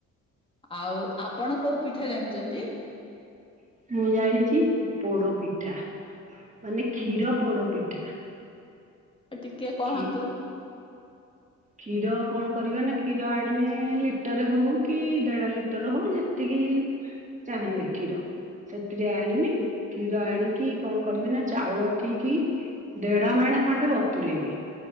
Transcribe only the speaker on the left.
ଆଉ ଆପଣ କୋଉ ପିଠା ଜାଣିଛନ୍ତି?
ଟିକେ କହନ୍ତୁ।